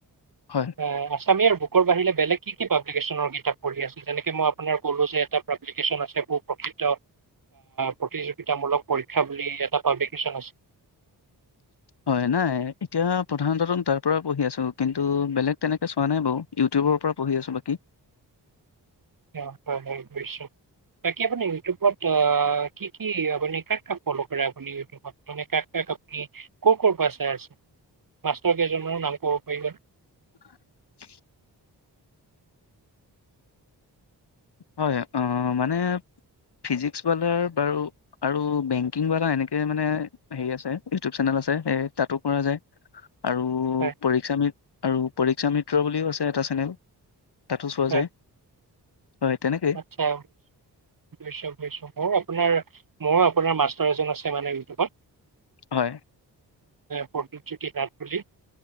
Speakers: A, on the left; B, on the right.
A: হয়।
B: এ আছামীৰ বুকৰ বাহিৰে বেলেগ কি কি পাব্লিকেশ্যনৰ কিতাপ পঢ়ি আছে, যেনেকে মই আপোনাৰ ক'লো যে এটা পাব্লিকেশ্যন আছে সু প্ৰ্সিদ্ধ প্ৰতিযোগিতামূলক পৰীক্ষা বুলি এটা পাব্লিক কেশ্যন আছে।
A: হয়। নাই এতিয়া প্ৰধানতটো তাৰ পৰা পঢ়ি আছো, কিন্তু বেলেগ তেনেকে চোৱা নাই বাৰু, ইউটিউবৰ পৰা পঢ়ি আছো বাকী।
B: অ' হয়, হয় বুইছো, বাকী আপুনি ইউটিউবত কি কি আপুনি কাক কাক ফ'ল' কৰে আপুনি ইউটিউবত মানে কাক কাক আপুনি ক' ক' পৰা চাই আছে মাষ্টৰ কেইজন মানৰ নাম ক'ব পাৰিব?
A: <unintelligible> হয় মানে ফিজিক্স বালা বাৰু আৰু বেংকিংবালা এনেকে মানে হেৰি আছে ইউটিউব চেনেল আছে স তাতো কৰা যায়। আৰু
B: হয়
A: পৰীক্ষামিট আৰু পৰীক্ষামিট মিত্ৰ বুলিও আছে এটা চেনেল। তাতো চোৱা
B: হয়
A: যায়। হয়, তেনেকেই।
B: আচ্ছা, বুইছো বুইছো। মোৰ আপোনাৰ মৰো আপোনাৰ মাষ্টাৰ এজন আছে। এই মানে ইউটিউবত।
A: হয়,
B: প্ৰদীপজ্যোতি নাথ বুলি।